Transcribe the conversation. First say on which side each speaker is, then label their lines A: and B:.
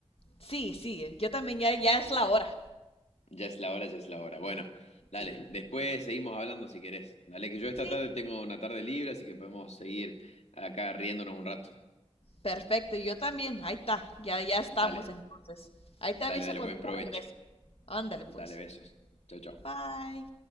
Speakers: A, on the left; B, on the left.
A: Sí, sí, eh, yo también, ya, ya es la hora.
B: Ya es la hora, ya es la hora. Bueno, dale,
A: Sí.
B: después seguimos hablando si querés. Dale, que yo esta
A: Sí.
B: tarde tengo una tarde libre, así que podemos seguir acá riéndonos un rato.
A: Perfecto, yo también, ahí está, ya, ya estamos
B: Dale,
A: entonces. Ahí
B: dale,
A: te aviso
B: dale,
A: cuando
B: buen provecho.
A: ya regrese. Ándale
B: Dale,
A: pues.
B: besos. Chau, chau.
A: Bye.